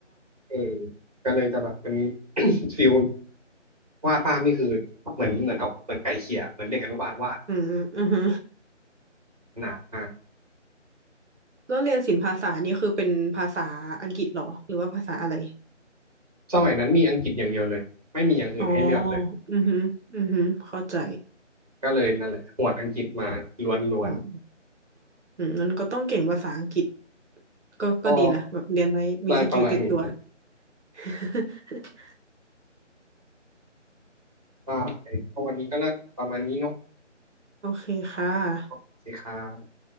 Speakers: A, on the right; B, on the right.
A: เออก็เลยจะแบบเป็น <coughs> ฟิลวาดภาพนี่คือเหมือนเหมือนเอาเหมือนไก่เขี่ยเหมือนเด็กอนุบาลวาด
B: อืมอือฮึ
A: หนักมาก
B: แล้วเรียนศิลปภาษานี่คือเป็นภาษาอังกฤษเหรอหรือว่าภาษาอะไร
A: สมัยนั้นมีอังกฤษอย่างเดียวเลยไม่มีอย่างอื่นให้เลือกเลย
B: อ๋อ อือฮึอือฮึเข้าใจ
A: ก็เลยนั่นแหละหวดอังกฤษมาล้วน
B: อืมอืมมันก็ต้องเก่งภาษาอังกฤษก็ก็ดีนะแบบเรียนไว้มีสกิลติดตัว
A: ๆก็ได้ประมาณนี้
B: <laughs>
A: ได้ก็วันนี้ก็น่าจะประมาณนี้เนาะ
B: โอเคค่ะ
A: สวัสดีครับ